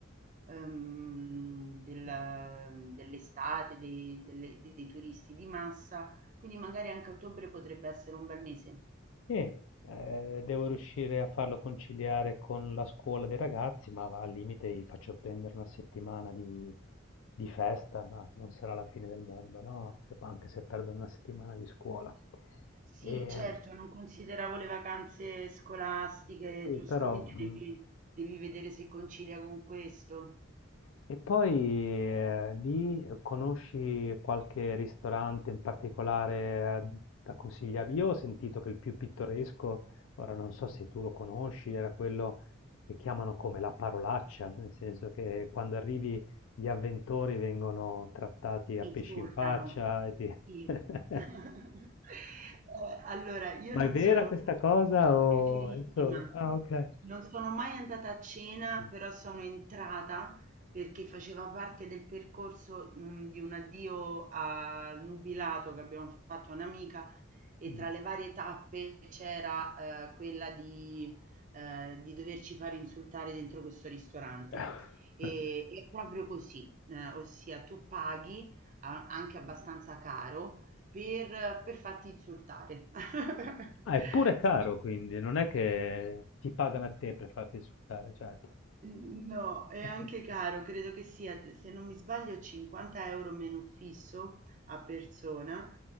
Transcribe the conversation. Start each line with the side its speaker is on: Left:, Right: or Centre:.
Right: ehm, del-
Left: mh.
Right: dell'estate, dei, delle- dei turisti di massa, quindi magari anche ottobre potrebbe essere un bel mese.
Left: Sì, eh, devo riuscire a farlo conciliare con la scuola dei ragazzi, ma va, al limite gli faccio prendere una settimana di, di festa, no, non sarà la fine del mondo, no? Se- Anche se perdo una settimana di scuola.
Right: Sì,
Left: E,
Right: certo, non consideravo le vacanze scolastiche,
Left: sì,
Right: giustamente
Left: però mh,
Right: devi, devi vedere se concilia con questo.
Left: E poi eh, lì conosci qualche ristorante in particolare eh, da consigliarmi? Io ho sentito che il più pittoresco, ora non so se tu lo conosci, era quello che chiamano come la parolaccia, nel senso che quando arrivi gli avventori vengono trattati a
Right: Ti Insultano.
Left: pesci in faccia. e ti-
Right: Sì.
Left: <laughs>
Right: <laughs> Eh, allora, io
Left: Ma
Right: non
Left: è vera
Right: sono
Left: questa cosa o
Right: è verissima.
Left: è solo? Ah, ok.
Right: Non sono mai andata a cena,
Left: Mm.
Right: però sono entrata perché faceva parte del percorso, mh, di un addio al nubilato che abbiamo fatto a un'amica e
Left: Mm.
Right: tra le varie tappe c'era eh, quella di, eh, di doverci fare insultare dentro questo ristorante.
Left: <laughs>
Right: E, è proprio così, eh, ossia tu paghi a- anche abbastanza caro per, per farti insultare. <laughs>
Left: Ah, è pure caro,
Right: Sì.
Left: quindi non è che ti pagano a te per farti insultare, cioè.
Right: N- No, è
Left: <laughs>
Right: anche caro, credo che sia, se non mi sbaglio, 50 euro meno fisso a persona,